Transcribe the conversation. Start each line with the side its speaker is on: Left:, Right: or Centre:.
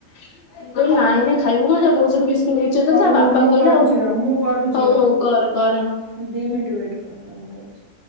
Left: ମୁଁ କହିଲି ନାଇଁ ନାଇଁ ନାଇଁ ଖାଇବୁ କଣ ବୋଉ ସେଠି ବିସ୍କୁଟ ମିକ୍ସଚର ଦେଲେ
Right: ହଉ
Left: ତା
Right: ହଉ
Left: ବାପା
Right: ମୁଁ
Left: କହିଲେ
Right: କରୁଛି
Left: ଆଉ
Right: ର ମୁଁ କରୁଛି
Left: ହଉ
Right: ର
Left: ହଉ କର କର ହଁ
Right: ଦି ମିନିଟ ୱେଟ କର ମୁଁ କରୁଛି।